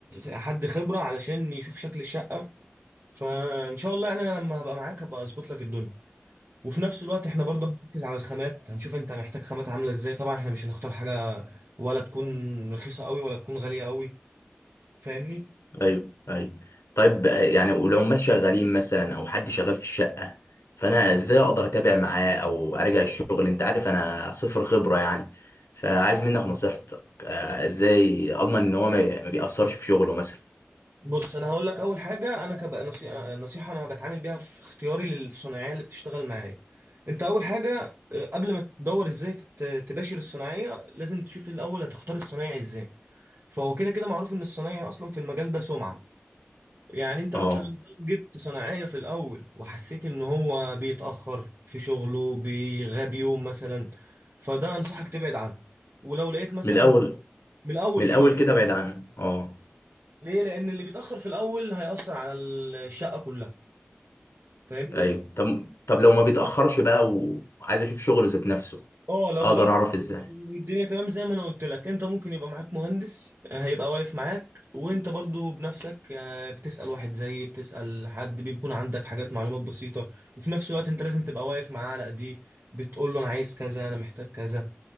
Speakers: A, on the right (about 55°); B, on the left (about 80°).
A: حد خبرة علشان يشوف شكل الشقة فان شاء الله يعني انا لما هبقى معاك هبقى اظبط لك الدنيا وفي نفس الوقت احنا برضه هنركز على الخامات هنشوف انت محتاج خامات عامله ازاي طبعا احنا مش هنختار حاجه ولا تكون رخيصه قوي ولا تكون غاليه قوي فاهمني
B: ايوه ايوه طيب آه، يعني والعمال شغالين مثلا او حد شغال في الشقه فانا ازاي اقدر اتابع معاه او ارجع الشغل انت عارف انا صفر خبره يعني فعايز منك نصيحتك آه، ازاي اضمن ان هو ما ما بيأثرش في شغله مثلا
A: بص انا هقول لك اول حاجه انا كبقى نصيحه نصيحه انا بتعامل بيها في اختياري للصناعيه اللي بتشتغل معايا انت اول حاجه اه، قبل ما تدور ازاي تت- تباشر الصناعيه لازم تشوف الاول هتختار الصنايعي ازاي فهو كده كده معروف ان الصنايعي اصلا في المجال ده سمعه يعني انت
B: اه
A: مثلا لو جبت صناعية في الاول وحسيت ان هو بيتأخر في شغله بيغاب يوم مثلا فده انصحك تبعد عنه ولو لقيت مثلا
B: من الاول
A: من الاول
B: من
A: كده
B: الاول
A: اه
B: كده بعيد عنه اه
A: ليه لان اللي بيتأخر في الاول هيأثر على الشقة كلها فاهمني
B: ايوه طب طب لو ما بيتأخرش بقى وعايز اشوف شغله ذات نفسه
A: اه لو
B: اقدر
A: راجل
B: اعرف ازاي
A: كويس والدنيا تمام زي ما انا قلت لك انت ممكن يبقى معاك مهندس آه، هيبقى واقف معاك وانت برضو بنفسك آه، بتسأل واحد زي بتسأل حد بيكون عندك حاجات معلومات بسيطة وفي نفس الوقت انت لازم تبقى واقف معاه على ايديه بتقول له انا عايز كذا انا محتاج كذا